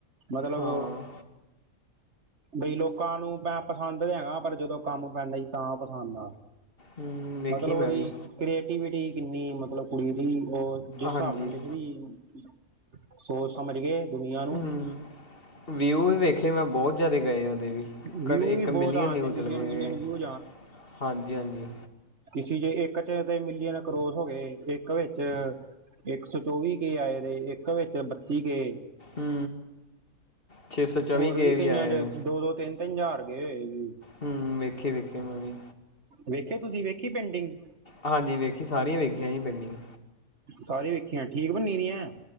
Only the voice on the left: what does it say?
ਹਾਂ
ਹੂੰ, ਵੇਖੀ
ਮੈਂ
ਵੀ
ਹਾਂਜੀ
ਹੂੰ ਵਿਊ ਵੀ ਵੇਖੇ, ਮੈਂ ਬਹੁਤ ਜਿਆਦਾ ਗਏ, ਉਹਦੇ।
ਇੱਕ
ਮਿਲੀਅਨ,
ਨਿਊ
ਚਲੇ ਪਏ,
ਹਾਂਜੀ ਹਾਂਜੀ।
ਹੂੰ। ਛੇ ਸੌ ਚੌਵੀ
ਕੇ
ਆਏ
ਹੂੰ। ਵੇਖੀ ਵੇਖੇ ਮੈਂ ਵੀ।
ਹਾਂਜੀ। ਵੇਖੀ, ਸਾਰੀਆਂ ਵੇਖੀਆਂ, ਜੀ ਪਿੰਡਿੰਗ।